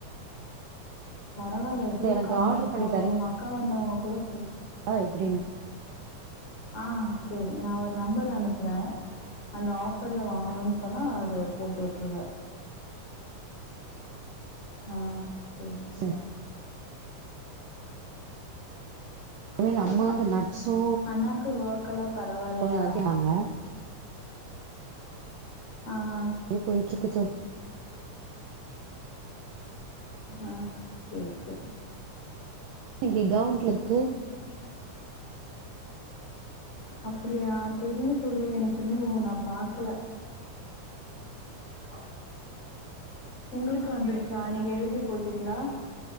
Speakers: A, on the left; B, on the right.
A: பரவாயில்ல எவ்வளவு
B: எனக்கு
A: கம்மி
B: ஆர்டர்
A: இப்போ
B: பண்ணி
A: இவங்க அக்கா வந்தவங்க கூட சொல்லி
B: ஆ எப்டின்னு
A: ஆ சேரி நா ஒரு நம்பரு அனுப்புற அந்த ஆஃபர்ல வாங்கணுன்னு சொன்னா அது போட்டு விட்டுருவ ஆ சேரி தோழி
B: சரி அவெ எங்க அம்மா வந்து நர்ஸோ
A: அண்ணாக்கு வொர்க்கெல்லாம் பரவாலியா
B: அரிசினாங்க
A: ஆ ஹ
B: அப்டியே போயிட்டு இருக்கு தோழி
A: ஆ சேரி சேரி
B: இன்னிக்கி கௌவுன்ட்ல இருக்கு
A: அப்டியா தெரில தோழி எனக்கு இன்னு நா பாக்கல ஆ உங்குளுக்கு வந்துருச்சா நீங்க எழுதி போட்டீங்களா